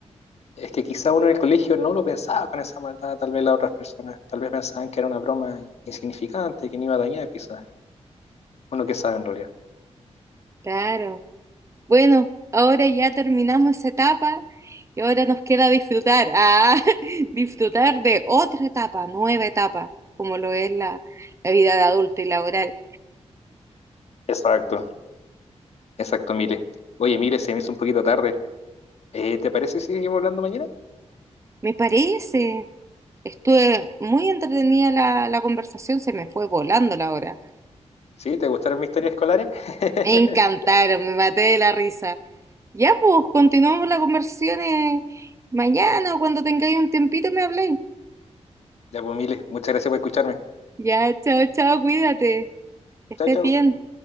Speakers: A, on the left; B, on the right.
A: Es que quizá uno en el colegio no lo pensaba con esa maldad, tal vez las otras personas, tal vez pensaban que era una broma insignificante, que no iba a dañar quizás. Uno que sabe en realidad.
B: Claro. Bueno, ahora ya terminamos esa etapa y ahora nos queda disfrutar, ah, <laughs> disfrutar de otra etapa, nueva etapa, como lo es la, la vida de adulto y laboral.
A: Exacto, exacto, Mire. Oye, Mire, se me hizo un poquito tarde. Eh, ¿te parece si seguimos hablando mañana?
B: Me parece, estuve muy entretenida la, la conversación, se me fue volando la hora.
A: ¿Sí? ¿Te gustaron mis historias escolares? <laughs>
B: Me encantaron, me maté de la risa. Ya pues, continuamos la conversación eh, mañana o cuando tengáis un tiempito me habléis.
A: Ya, pues, Mire, muchas gracias por escucharme.
B: Ya, chao, chao, cuídate, que estés
A: Chao, chao.
B: bien.